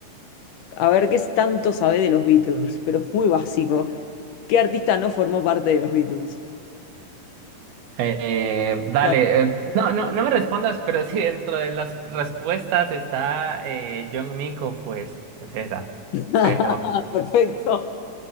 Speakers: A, on the left; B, on the right.
A: A ver qué es tanto sabe de los Beatles, pero es muy básico. ¿Qué artista no formó parte de los Beatles?
B: Eh, dale,
A: Claro.
B: eh, no, no, no me respondas, pero si dentro de las respuestas está eh, John Mico, pues, pues esa.
A: <laughs>
B: Pero
A: Perfecto.